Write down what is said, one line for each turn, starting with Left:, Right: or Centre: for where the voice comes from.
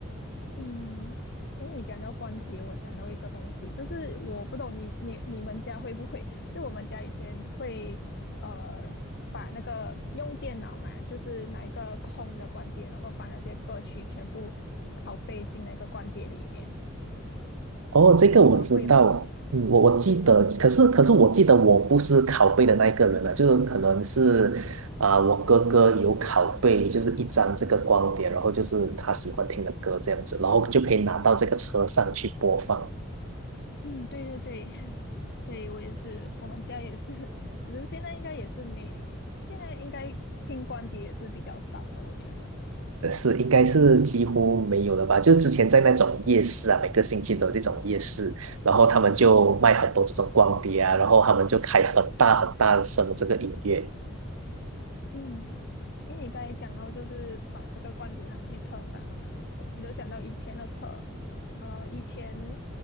Left: 嗯，因为你讲到光碟，我想到一个东西，就是我不懂你你你们家会不会？就我们家以前会呃把那个用电脑嘛，就是拿一个空的光碟，然后把那些歌曲全部拷贝进那个光碟里面，
Right: 哦，这个我知道，
Left: 你们会吗？
Right: 嗯，我我记得，可是可是我记得我不是拷贝的那一个人啊，就是可能是啊、我哥哥有拷贝，就是一张这个光碟，然后就是他喜欢听的歌这样子，然后就可以拿到这个车上去播放，
Left: 嗯，对对对，<laughs> 对我也是，我们家也是，<laughs> 只是现在应该也是没，现在应该听光碟也是比较少了，我觉得。
Right: 呃是应该是几乎没有了吧？就之前在那种夜市啊，每个星期都有这种夜市，然后他们就卖很多这种光碟啊，然后他们就开很大很大声的这个音乐，
Left: 嗯，因为你刚才讲到就是把这个光碟拿去车上嘛，我我就想到以前的车，呃，以前